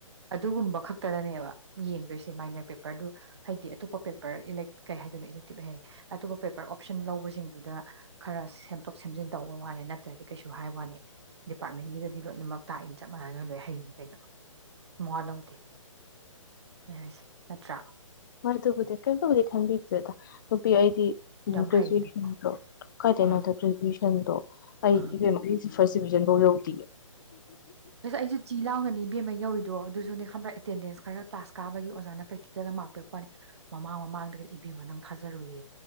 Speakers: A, on the right; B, on the left.
A: ꯑꯗꯨꯒꯨꯝꯕ ꯈꯛ ꯈꯛꯇꯗꯅꯦꯕ ꯌꯦꯡꯗꯣꯏꯁꯦ ꯃꯥꯏꯅꯔ ꯄꯦꯄꯔꯗꯨ ꯍꯥꯏꯗꯤ ꯑꯇꯣꯞꯄ ꯄꯦꯄꯔ ꯏꯂꯦꯛ ꯀꯩ ꯍꯥꯏꯗꯣꯏꯅꯣ ꯇꯤꯞꯍꯩ ꯑꯇꯣꯞꯄ ꯄꯦꯄꯔ ꯑꯣꯞꯁꯟ ꯂꯧꯕꯁꯤꯡꯗꯨꯗ ꯈꯔ ꯁꯦꯝꯗꯣꯛ ꯁꯦꯝꯖꯤꯟ ꯇꯧꯕ ꯋꯥꯅꯤ ꯅꯠꯇ꯭ꯔꯗꯤ ꯀꯩꯁꯨ ꯍꯥꯏ ꯋꯥꯅꯤ ꯗꯤꯄꯥꯔꯠꯃꯦꯟꯒꯤꯗꯗꯤ ꯂꯣꯏꯅꯃꯛ ꯇꯥꯛꯏꯅꯤ ꯆꯞ ꯃꯥꯟꯅꯅ ꯂꯣꯏꯅ ꯍꯩꯅꯤ ꯀꯩꯅꯣ ꯋꯥ ꯂꯧꯗꯦ ꯑꯩ ꯍꯥꯏꯁꯦ ꯅꯠꯇ꯭ꯔꯥ
B: ꯍꯣꯏ ꯇꯕꯨꯗꯤ ꯀꯩꯅꯝꯣ ꯇꯕꯨꯗꯤ ꯈꯟꯕꯤꯗꯦꯗ ꯅꯨꯄꯤ ꯑꯩꯗꯤ ꯎꯝ
A: ꯌꯥꯝ
B: ꯭ꯔꯦꯖꯨꯌꯦꯦꯁꯟꯗꯣ
A: ꯍꯩ ꯑꯗꯨꯕꯨ
B: ꯀꯥꯏꯇꯅ
A: ꯑꯥ
B: ꯃꯇꯝ ꯭ꯔꯦꯖꯨꯋꯦꯁꯟꯗꯣ ꯑꯩ
A: ꯑꯥ
B: ꯐꯥꯔꯁ ꯗꯤꯕꯤꯖꯟꯐꯧ ꯌꯧꯗꯦ
A: ꯑꯁ ꯑꯩꯁꯨ ꯆꯤ ꯂꯥꯎꯅꯅꯤ ꯕꯦꯝꯃ ꯌꯧꯔꯤ ꯑꯗꯣ ꯑꯗꯨꯁꯨꯅꯦ ꯈꯪꯕ꯭ꯔꯥ ꯑꯦꯇꯦꯟꯗꯦꯟꯁ ꯈꯔ ꯀ꯭ꯂꯥꯁ ꯀꯥꯕꯒꯤ ꯑꯣꯖꯥꯅ ꯄ꯭ꯔꯦꯛꯇꯤꯀꯦꯜꯗ ꯃꯥꯥꯛ ꯄꯤꯔꯛꯄꯅꯤ ꯃꯃꯥꯡ ꯃꯃꯥꯡꯗꯒ ꯏꯕꯤꯨ ꯅꯪ ꯊꯥꯖꯔꯨꯏꯌꯦ